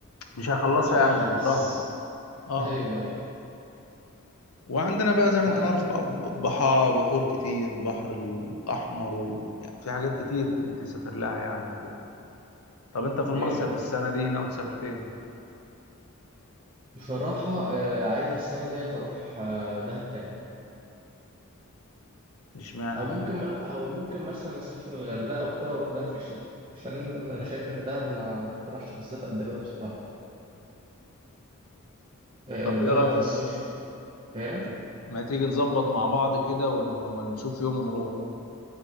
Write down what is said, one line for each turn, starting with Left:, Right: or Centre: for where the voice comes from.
Left: مش هيخلصها
Right: مش هيخلص
Left: يعني من كترها اه
Right: ايوه ايوه
Left: وعندنا بقى زي ما انت
Right: لا
Left: عارف بقى بحار بحور كتير بحر الأحمر وال... يعني في حاجات كتير ت- تسافر لها يعني وكده طب انت في المصيف
Right: حقيقه فعلا
Left: في السنه دي ناوي تسافر فين
Right: بصراحة آه، عايز السنة ديت أروح آه، دهب تاني
Left: اشمعنى
Right: أو ممكن أو ممكن مثلا أسافر الغردقة أو كده وأروح دهب في الشتاء عشان أنا شايف إن دهب ما, ما تقترحش في الصيف قد كده بصراحة آه،
Left: طب
Right: دهب
Left: ايه رايك
Right: في الصيف إيه
Left: ما ما تيجي نظبط مع بعض كده ون... ونشوف يوم نروح